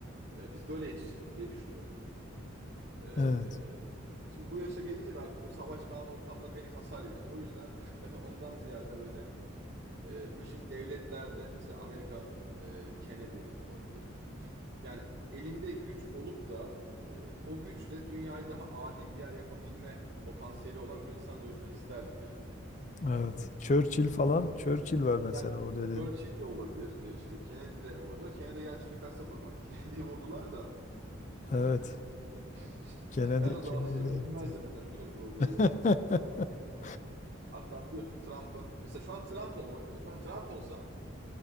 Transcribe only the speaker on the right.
e, biz böyle yetiştirdik diye düşünüyorum. E,
şimdi bu yaşa gelince de artık o savaş falan ortamları beni kasar yani. O yüzden <laughs> ben ondan ziyade böyle e, bu şimdi devletlerde mesela Amerikan e, Kennedy olabilir. Yani elinde güç olup da e, o güçle dünyayı daha adil bir yer yapabilme potansiyeli olan bir insan dönüşmek isterdim yani.
Yani
Churchill de olabilir, e, işte Kennedy de olabilir. Kennedy gerçi suikasta kurban. <laughs> Kennedy'yi vurdular da
e, <laughs> işte
ben o zaman
işte
bilmezdim
mesela biliyorum olduğu
yeri <laughs> falan. Hatta biliyorsun Trump'ın mesela şu an Trump olmak mesela şu an Trump olsam